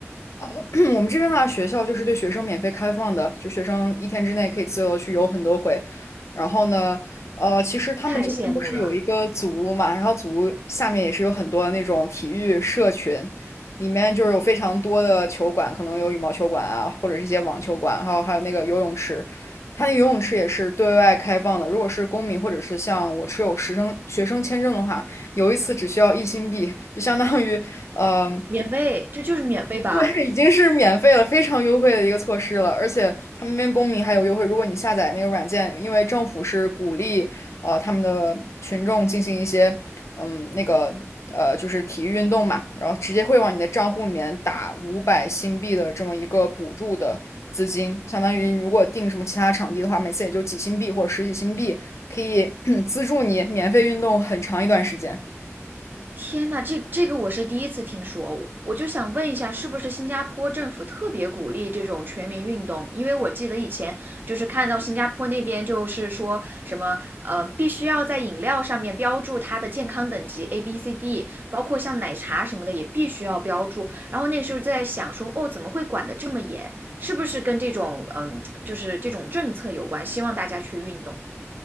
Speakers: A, on the left; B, on the right.
A: 哦，<clears throat> 我们这边的话，学校就是对学生免费开放的，就学生一天之内可以自由地去游很多回。然后呢，呃，其实他们这边不是有一个组屋嘛，
B: 太羡慕了，
A: 然后组屋下面也是有很多那种体育社群，里面就是有非常多的球馆，可能有羽毛球馆啊，或者是一些网球馆，还有还有那个游泳池。它那个游泳池也是对外开放的，如果是公民或者是像我持有学生学生签证的话，游一次只需要一新币，就相当于，嗯、
B: 免费，这就是免费吧？
A: 对，已经是免费了，非常优惠的一个措施了，而且他们那边公民还有优惠。如果你下载那个软件，因为政府是鼓励呃他们的群众进行一些嗯那个呃就是体育运动嘛，然后直接会往你的账户里面打五百新币的这么一个补助的资金，相当于如果订什么其他场地的话，每次也就几新币或者十几新币，可以 <clears throat> 资助你免费运动很长一段时间。
B: 天呐，这这个我是第一次听说，我我就想问一下，是不是新加坡政府特别鼓励这种全民运动？因为我记得以前就是看到新加坡那边就是说什么，呃，必须要在饮料上面标注它的健康等级 A、B、C、D，包括像奶茶什么的也必须要标注。然后那个时候在想说，哦，怎么会管得这么严？是不是跟这种嗯，就是这种政策有关？希望大家去运动。